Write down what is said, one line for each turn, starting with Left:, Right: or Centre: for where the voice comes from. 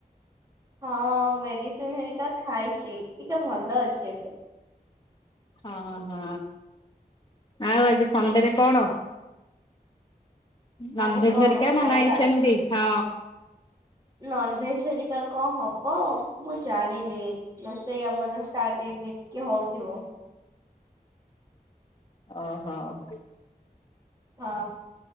Right: ହଁ ମେଡିସିନ ହେରିକା ଖାଇଛି ଟିକେ ଭଲ ଅଛି ଏବେ।
Left: ହଁ ହଁ ଆଉ ଆଜି ସଣ୍ଡେରେ କଣ?
Right: ମାନେ
Left: ନନ୍ ଭେଜ୍
Right: କଣ
Left: ହେରିକା
Right: ଖାଇବା?
Left: ନା ନାଇଁ ସେମତି ହଁ।
Right: ନନଭେଜ୍ ହେରିକା କଣ ହବ ମୁଁ ଜାଣିନି ରୋଷେଇ ଆମର ଷ୍ଟାର୍ଟ ହେଇନି କି ହଉଥିବ।
Left: ଓହୋ।
Right: ହଁ